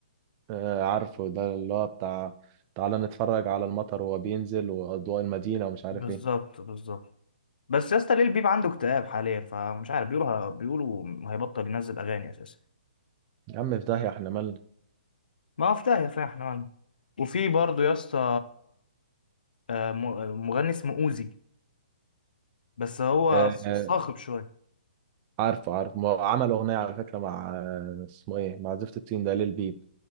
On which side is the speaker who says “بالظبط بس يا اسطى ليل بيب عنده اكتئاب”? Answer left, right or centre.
Left